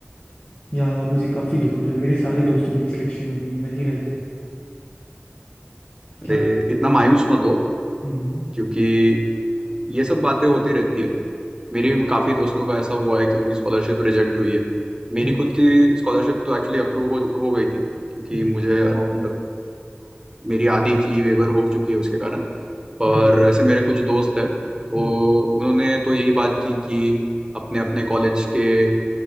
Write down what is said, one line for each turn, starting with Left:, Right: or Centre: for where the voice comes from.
Left: यार मुझे काफ़ी दुख हो रहा है मेरे सारे दोस्तों की सिलेक्शन हो गई मैं ही रह गया
Right: अरे
Left: क्या
Right: इतना मायूस मत हो
Left: हम्म
Right: क्योंकि ये सब बातें होती रहती है मेरे भी काफ़ी दोस्तों का ऐसा हुआ है कि उनकी स्कॉलरशिप रिजेक्ट हुई है मेरी
Left: हम्म,
Right: खुद की स्कॉलरशिप तो एक्चुअली अप्रूव हो हो गई थी क्योंकि
Left: हम्म,
Right: मुझे अराउंड मेरी आधी फी वेवर हो चुकी है उसके कारण पर
Left: अरे
Right: ऐसे मेरे कुछ दोस्त हैं तो
Left: हम्म
Right: उन्होंने तो यही बात की कि अपने अपने कॉलेज के अ,